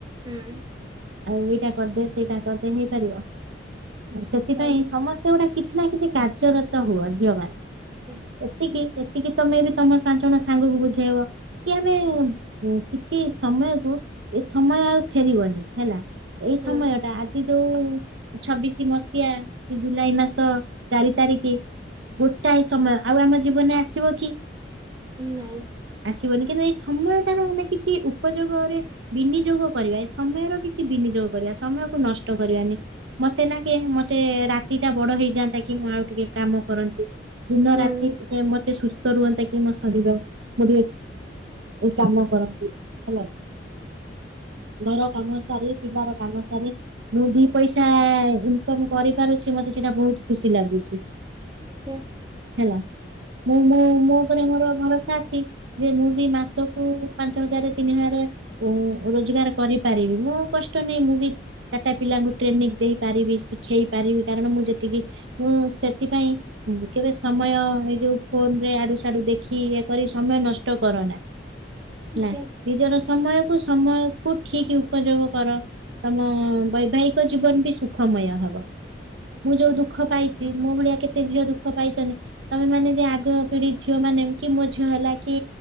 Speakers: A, on the right; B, on the right.
A: ହୁଁ।
B: ଆଉ ଏଇଟା କରିଦେ ସେଇଟା କରିଦେ ହେଇପାରିବ ସେଥିପାଇଁ
A: ଠିକ କହିଲେ।
B: ସମସ୍ତେ ଗୋଟା କିଛି ନା କିଛି କାର୍ଯ୍ୟରତ ହୁଅ ଝିଅ ମାନ।
A: ଆଜ୍ଞା।
B: ଏତିକି ଏତିକି ତମେ ବି ତମର ପାଞ୍ଚ ଜଣ ସାଙ୍ଗକୁ ବୁଝେଇବ। କି ଆମେ କିଛି ସମୟକୁ ଏ ସମୟ ଆଉ ଫେରିବନି ହେଲା। ଏଇ ସମୟ
A: ହଁ
B: ଟା ଆଜି ଯୋଉ ଛବିଶି ମସିହା ଜୁଲାଇ ମାସ ତ ଚାରି ତାରିଖ ଗୋଟାଏ ସମୟ ଆଉ ଆମ ଜୀବନରେ ଆସିବ କି?
A: ନାଇଁ।
B: ଆସିବନି କିନ୍ତୁ ଏଇ ସମୟଟାର ମାନେ କିଛି ଉପଯୋଗରେ ବିନିଯୋଗ କରିବା ଏ ସମୟର କିଛି ବିନିଯୋଗ କରିବା ସମୟକୁ ନଷ୍ଟ କରିବାନି। ମତେ ନା କେ ମତେ ରାତି ଟା ବଡ ହେଇ ଯାଆନ୍ତା କି ମୁଁ ଆଉ ଟିକେ କାମ କରନ୍ତୁ ଦିନ
A: ହଁ
B: ରାତି ଟିକେ ମତେ ସୁସ୍ଥ ସୁସ୍ଥ ରହନ୍ତା କି ମୋ ଶରୀର ମୁଁ ଟିକେ କାମ କରନ୍ତି ହେଲା କି? ଘର କାମ ସାରି ପିଲାର କାମ ସାରି। ମୁଁ ଦି ପଇସା ଇନକମ କରିପାରୁଛି ମତେ ସେଇଟା ବହୁତ ଖୁସି ଲାଗୁଛି।
A: ଆଜ୍ଞା।
B: ହେଲା ମୁଁ ମୁଁ ମୋ ଉପରେ ମୋର ଭରସା ଅଛି। ଯେ ମୁଁ ବି ମାସକୁ ପାଞ୍ଚ ହଜାର ତିନି ହଜାର ଓ ରୋଜଗାର କରିପାରିବି ମୁଁ କଷ୍ଟ ନେଇହି ମୁଁ ବି ଚା ଟା ପିଲାଙ୍କୁ ଟ୍ରେନିଂ ଦେଇପାରିବି ଶିଖେଇ ପାରିବି କାରଣ ମୁଁ ଯେତିକି ହୁଁ ସେଥିପାଇଁ କେବେ ସମୟ ଏ ଯୋଉ ଫୋନ ରେ ଆଡୁ ସଡୁ ଦେଖି କି ଇଏ କରି ସମୟ ନଷ୍ଟ କର ନା ହେଲା।
A: ଆଜ୍ଞା
B: ନିଜର ସମୟକୁ ସମୟ କୁ ଠିକ ଉପଯୋଗ କର। ତମ ବୈବାହିକ ଜୀବନ ବି ସୁଖମୟ ହବ ମୁଁ ଯୋଉ ଦୁଃଖ ଦୁଃଖ ପାଇଚି। ମୋ ଭଳିଆ କେତେ ଝିଅ ଦୁଃଖ ପାଇଚନି। ତମେ ମାନେ ଯିଏ ଆଗ ପିଢି ଝିଅମାନେ କି ମୋ ଝିଅ ହେଲା କି